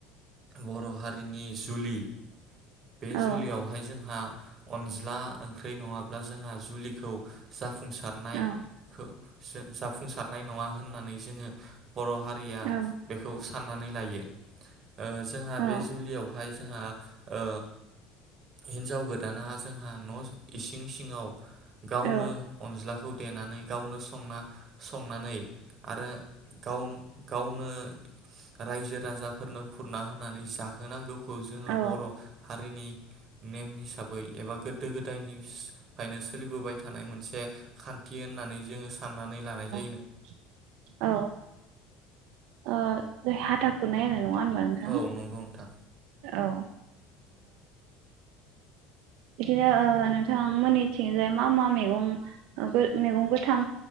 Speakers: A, on the right; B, on the right.
A: बर' हारिनि जुलि बे
B: औ
A: जुलियावहाय जोंहा अनज्ला ओंख्रि नङाब्ला जोंहा जुलिखौ जाफुं सारनाय
B: औ
A: खौ सो जाफुंसार नाय नङा होननानै जोङो बर' हारिया
B: औ
A: बेखौ साननानै लायो ओ जोंहा
B: औ
A: बे जुलियावहाय आ ओ हिन्जाव गोदाना जोंहा न' इसिं सिङाव गावनो
B: औ
A: अनज्लाखौ देनानै गावनो संना संनानै आरो गाव गावनो रायजो राजाफोरनो खुरना होनानै जाहोनांगौ खौ जोङो
B: औ
A: बर' हारिनि नेम हिसाबै एबा गोदो गोदायनि फ्रायनो सोलिबोबाय थानाय मोनसे खान्थि होननानै जोङो सा साननानै लानाय
B: औ औ ओ जाय हाथा खुरनाय आरो नङा होनबा नोंथां
A: औ नंगौ नोंथां
B: औ। ओ बिदिनो ओ नोंथां मोननि थिंजाय मा मा मेगं मेगं गोथां